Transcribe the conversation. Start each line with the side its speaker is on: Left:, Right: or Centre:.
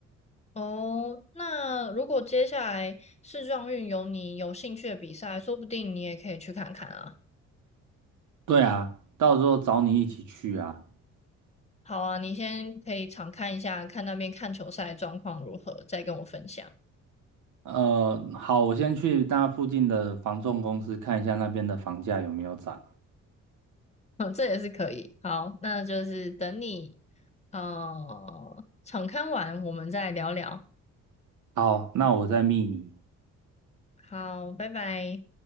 Left: 哦，那如果接下来世壮运有你有兴趣的比赛，说不定你也可以去看看啊。
Right: 对啊，到时候找你一起去啊。
Left: 好啊，你先可以常看一下，看那边看球赛状况如何，再跟我分享。
Right: 呃，好，我先去那附近的房仲公司看一下那边的房价有没有涨。
Left: <laughs> 嗯，这也是可以。好，那就是等你。呃，场刊完我们再聊聊。
Right: 好，那我再密你。
Left: 好，拜拜。